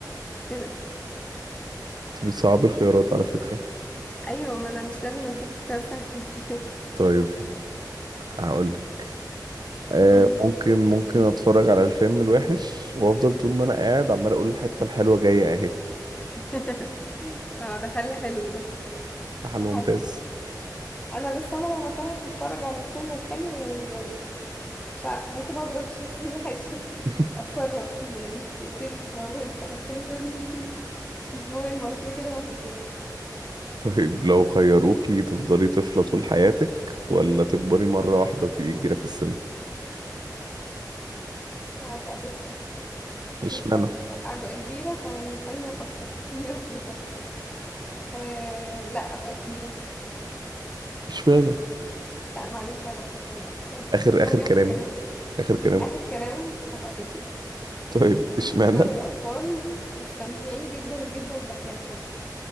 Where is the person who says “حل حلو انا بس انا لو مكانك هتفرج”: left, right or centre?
Left